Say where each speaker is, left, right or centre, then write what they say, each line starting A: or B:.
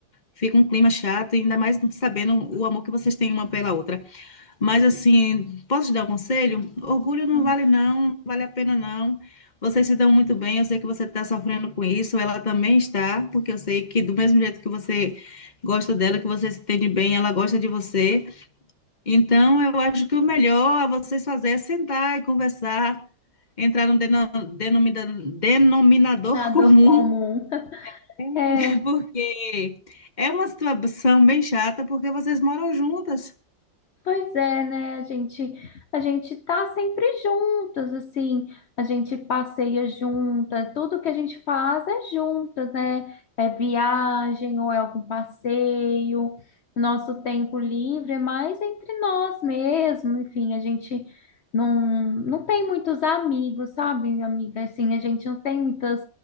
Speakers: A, on the left; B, on the left.
A: fica um clima chato, e ainda mais sabendo o amor que vocês têm uma pela outra. Mas assim, posso te dar um conselho? Orgulho não
B: Ah,
A: vale não, não vale a pena não. Vocês se dão muito bem, eu sei que você está sofrendo com isso, ela também está, porque eu sei que do mesmo jeito que você gosta dela, que você se entende bem, ela gosta de você. Então, eu acho que o melhor a vocês fazer é sentar e conversar, entrar num deno- denomina- denominador
B: A
A: comum,
B: dor comum.
A: <laughs>
B: É,
A: porque é uma situação bem chata, porque vocês moram juntas.
B: Pois é, né? A gente, a gente tá sempre juntas, assim, a gente passeia juntas, tudo que a gente faz é juntas, né? É viagem ou é algum passeio, nosso tempo livre é mais entre nós mesmo, enfim, a gente não, não tem muitos amigos, sabe, amiga? Assim, a gente não tem muitas